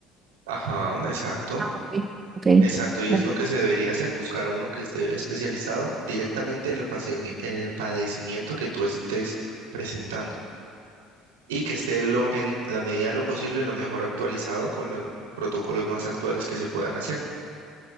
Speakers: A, on the right; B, on the right.
A: Ajá, exacto.
B: Ah, ok. ok.
A: Exacto, y es
B: Ah,
A: lo que se debería hacer, buscar uno que esté especializado directamente en el, paseimi- en el padecimiento que tú estés presentando. y que esté lo- en la medida de lo posible lo mejor actualizado con los protocolos más actuales que se puedan hacer.